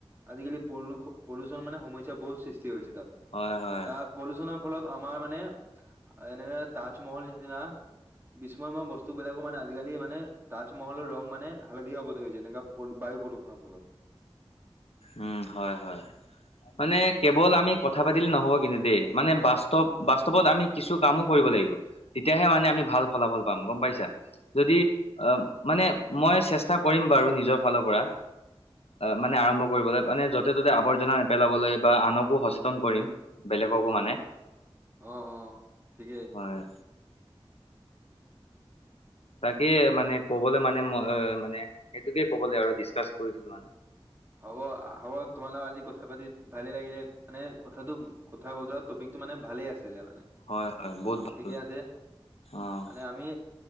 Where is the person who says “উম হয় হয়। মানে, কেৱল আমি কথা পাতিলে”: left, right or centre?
Left